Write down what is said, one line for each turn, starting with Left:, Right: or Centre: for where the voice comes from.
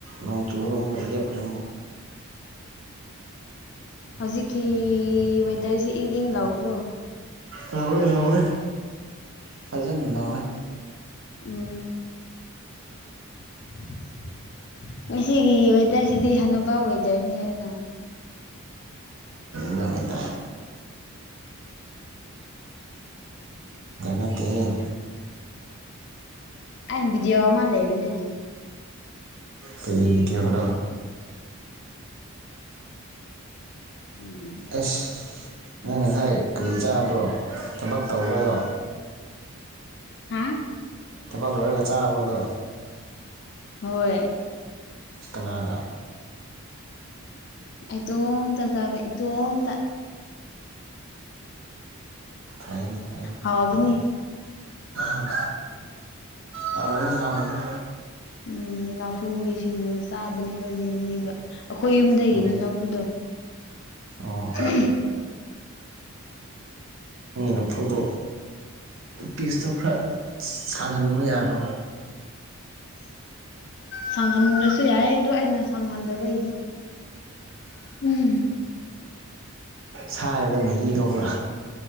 Right: ꯅꯣꯡ ꯆꯨꯔꯒ ꯑꯃꯨꯛꯀ ꯂꯦꯞꯈ꯭ꯔꯦ
Left: ꯍꯧꯖꯤꯛꯀꯤ ꯋꯦꯗꯔꯁꯤ ꯏꯪ ꯏꯪ ꯂꯧꯗ꯭ꯔꯣ
Right: ꯂꯥꯎꯋꯦ ꯂꯥꯎꯋꯦ ꯐꯖꯅꯅ ꯂꯥꯎꯋꯦ
Left: ꯎꯝ ꯎ <unintelligible> ꯉꯁꯤꯒꯤ ꯋꯦꯗꯔꯁꯤꯗꯤ ꯍꯅꯨꯕꯥ ꯋꯦꯗꯔꯅꯤ ꯍꯥꯏꯕꯗꯣ
Right: ꯅ ꯑꯣꯏꯗ <unintelligible> ꯅꯠꯇꯦꯍꯦ
Left: ꯑꯩ ꯕꯤꯗꯤꯌꯣ ꯑꯃꯥ ꯂꯩꯕꯅꯦ
Right: ꯀꯔꯤ ꯕꯤꯗ꯭ꯌꯤꯅꯣ
Left: ꯎꯝ
Right: ꯑꯁ ꯅꯪ ꯉꯁꯥꯏ ꯀꯔꯤ ꯆꯥꯕ꯭ꯔꯣ ꯊꯕꯛ ꯇꯧꯕꯗꯣ
Left: ꯍꯝ
Right: ꯊꯕꯛ ꯂꯣꯏꯔꯒ ꯆꯥꯕꯗꯣ
Left: ꯍꯣꯏ
Right: ꯀꯅꯥꯒ
Left: ꯏꯇꯣꯝꯇ ꯖꯥꯕ ꯏꯇꯣꯝꯇ
Right: ꯐꯩꯅꯦ ꯐꯩꯅꯦ
Left: ꯍꯥꯎꯕꯅꯤ
Right: ꯆꯥꯎꯅꯦ ꯎꯝ ꯍꯥꯎꯔꯝꯅꯤ ꯍꯥꯎꯔꯝꯅꯤ
Left: ꯎꯝ ꯂꯐꯨꯒꯤ ꯁꯤꯡꯖꯨ ꯆꯥꯕꯅꯦꯕ ꯃꯤꯃꯤꯒ ꯑꯩꯈꯣꯏ ꯌꯨꯝꯗꯒꯤꯅꯦ
Right: ꯎꯝ
Left: ꯂꯐꯨꯗꯣ
Right: ꯑꯣ
Left: ꯎꯝ
Right: ꯂꯥꯐꯨꯗꯣ ꯄꯤꯁꯇꯣ ꯈꯔ ꯁꯥꯡꯍꯟꯕ ꯌꯥꯗ꯭ꯔꯣ
Left: ꯁꯪꯍꯟꯗ꯭ꯔꯁꯨ ꯌꯥꯏꯌꯦ ꯑꯗꯨ ꯑꯩꯅ ꯁꯪꯍꯟꯗꯕꯩꯅꯦ ꯎꯝ
Right: ꯁꯥꯏꯕꯗ ꯃꯍꯤ ꯊꯣꯛꯄ꯭ꯔ